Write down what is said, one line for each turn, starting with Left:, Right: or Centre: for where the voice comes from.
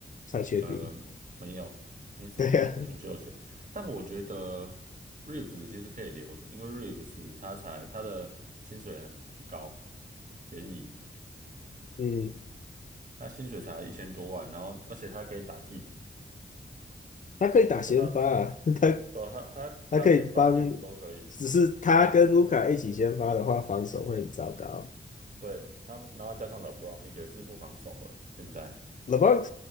Left: 才太确定。
Right: 呃，没有，没什么好的选秀权。
Left: <laughs> 对呀、
Right: 但我觉得 Reeves 其实可以留着，因为 Reeves 他才他的薪水很不高，便宜，
Left: 嗯，
Right: 他薪水才一千多万，然后而且他可以打替补，
Left: 他可以打先发啊，
Right: 就他
Left: 他
Right: 对啊他他他先发替补都可以，
Left: 他可以帮，只是他跟卢卡一起先发的话，防守会很糟糕。
Right: 对他，然后加上 LeBron 也是不防守了，现在
Left: LeBron